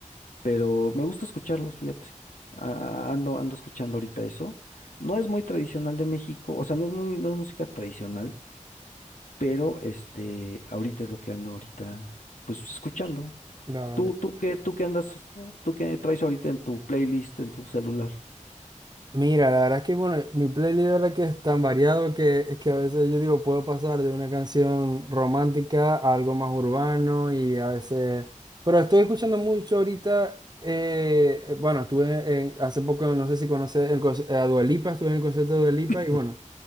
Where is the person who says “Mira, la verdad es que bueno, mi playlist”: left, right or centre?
Right